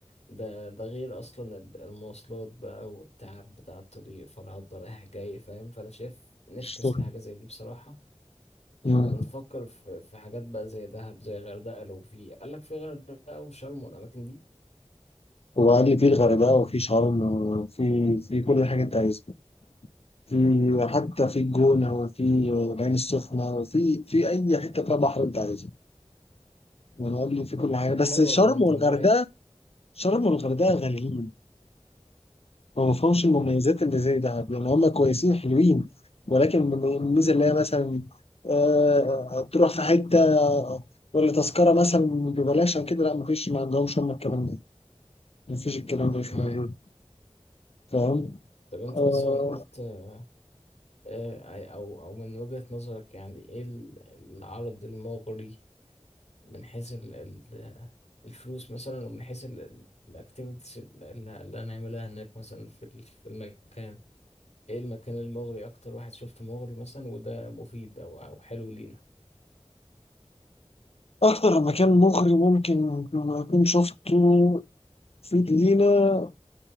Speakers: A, on the left (about 85°); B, on the left (about 60°).
A: ده ده غير اصلا ال- المواصلات بقى والتعب بتاع الطريق فرهضة رايح جاي فاهم فانا شايف نفكس
B: شرم.
A: لحاجه زي دي بصراحه
B: مم.
A: ونفكر في في حاجات بقى زي دهب زي غردقه لو في قال لك في غردقه وشرم والاماكن دي
B: وعلي في الغردقة وفي شرم وفي في كل حاجة أنت عايزها في حتى في الجونة وفي العين السخنة وفي في أي حتة فيها بحر أنت عايزها ونقول له في كل حاجه
A: طب
B: بس
A: حلو
B: شرم
A: والله انت
B: والغردقه
A: من رايك
B: شرم والغردقه غاليين ما بفهمش المميزات اللي زي دهب يعني هم كويسين حلوين ولكن الميزه اللي هي مثلا آه، تروح في حته ولا تذكره مثلا ببلاش او كده لا مفيش ما عندهمش هم الكلام ده مفيش الكلام ده مش
A: امم
B: موجود فاهم
A: طب انت
B: آه،
A: مثلا قلت آه، آه، او او من وجهة نظرك يعني ايه ال- العرض المغري من حيث ال- ال- الفلوس مثلا ومن حيث الاكتيفيتيز اللي اللي هنعملها هناك مثلا في ال- في المكان ايه المكان المغري اكتر واحد شفته مغري مثلا وده مفيد او او حلو لينا
B: اكتر مكان مغري ممكن اكون شفته في جنينه